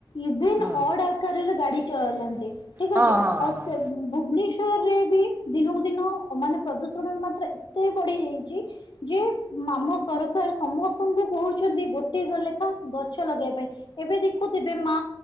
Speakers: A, on the left; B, on the right.
A: ଇଭିନ୍
B: ହଁ
A: ଅଡ୍ ଆକାରରେ ଗାଡି ଚଲାନ୍ତି ଠିକ୍
B: ହଁ
A: ଅଛି
B: ହଁ
A: ଆଉ ସେ ଭୁବନେଶ୍ଵରରେ ବି ଦିନକୁ ଦିନ ଅ ମାନେ ପ୍ରଦୂଷଣର ମାତ୍ରା ଏ ତେ ବଢ଼ିଯାଇଚି ଯେ ମାମ ସରକାର ସମସ୍ତଙ୍କୁ କହୁଛନ୍ତି ଗୋଟେ ଲେଖା ଗଛ ଲଗେଇଆ ପାଇଁ ଏବେ ଦେଖୁଥିବେ ମା